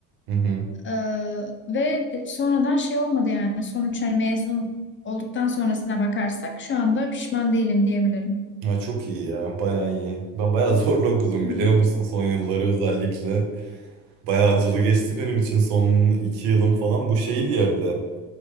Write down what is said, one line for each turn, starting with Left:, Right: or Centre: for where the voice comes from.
Right: Hı hı.
Left: Ee, ve sonradan şey olmadı yani sonuç hani mezun olduktan sonrasına bakarsak şu anda pişman değilim diyebilirim.
Right: Ya çok iyi ya baya iyi. Ben baya zorla okudum
Left: Hı
Right: biliyor
Left: hı.
Right: musun? Son yılları özellikle. Baya acılı geçti benim için son iki yılım falan. Bu şeydi ya bir de.